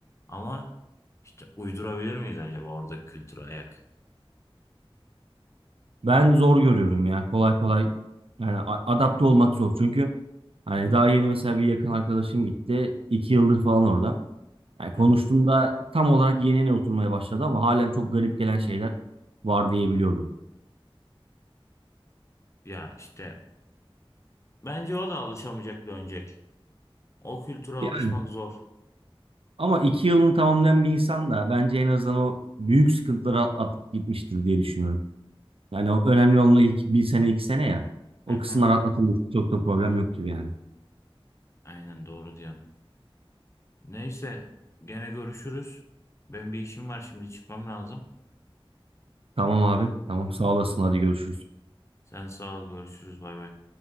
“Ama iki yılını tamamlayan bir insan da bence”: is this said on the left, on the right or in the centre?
Right